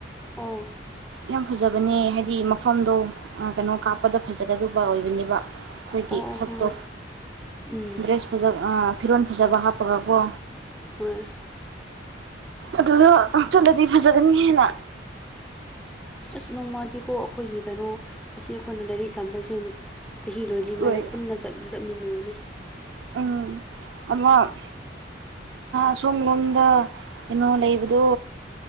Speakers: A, in the centre; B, on the right.
A: ꯑꯥ
B: ꯌꯥꯝ ꯐꯖꯕꯅꯦ ꯍꯥꯏꯗꯤ ꯃꯐꯝꯗꯣ ꯀꯩꯅꯣ ꯀꯥꯞꯄꯗ ꯐꯖꯒꯗꯕ ꯑꯣꯏꯕꯅꯦꯕ ꯑꯩꯈꯣꯏꯒꯤ
A: ꯑꯣ ꯑꯣ
B: ꯁꯛꯇꯣ
A: ꯍꯣꯏ ꯍꯣꯏ ꯎꯝ
B: ꯗ꯭ꯔꯦꯁ ꯐꯖ ꯐꯤꯔꯣꯜ ꯐꯖꯕ ꯍꯥꯞꯄꯒꯀꯣ
A: ꯍꯣꯏ
B: ꯑꯗꯨꯗꯣ ꯆꯠꯂꯗꯤ ꯐꯖꯒꯅꯤ ꯍꯥꯏꯅ
A: ꯑ ꯅꯣꯡꯃꯗꯤꯀꯣ ꯑꯩꯈꯣꯏꯒꯤ ꯀꯩꯅꯣ ꯑꯁꯤ ꯑꯩꯈꯣꯏꯅ ꯂꯥꯏꯔꯤꯛ ꯇꯝꯕꯁꯦ ꯆꯍꯤ ꯂꯣꯏꯗ꯭ꯔꯤꯉꯩꯗ
B: ꯂꯣꯏ
A: ꯄꯨꯟꯅ ꯆꯠꯂꯤ ꯆꯠꯃꯤꯟꯅꯕꯅꯦ
B: ꯎꯝ ꯑꯃ ꯁꯣꯝ ꯂꯣꯝꯗ ꯀꯩꯅꯣ ꯂꯩꯕꯗꯣ